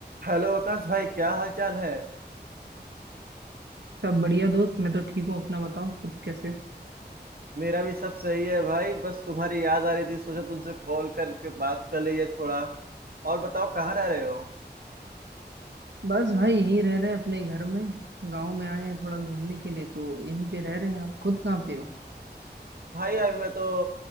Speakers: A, on the right; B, on the right.
A: हेलो आकाश भाई क्या हाल चाल है
B: सब बढ़िया दोस्त मैं तो ठीक हूँ अपना बताओ खुद कैसे हो?
A: मेरा भी सब सही है भाई बस तुम्हारी याद आ रही थी सोचा तुमसे कॉल करके बात कर लिए थोड़ा और बताओ कहाँ रह रहे हो
B: बस भाई यहीं रह रहे हैं अपने घर में गांव में आए हैं थोड़ा घूमने के लिए तो यहीं पे रह रहे हैं आप खुद कहाँ पे हो
A: भाई अभी मैं तो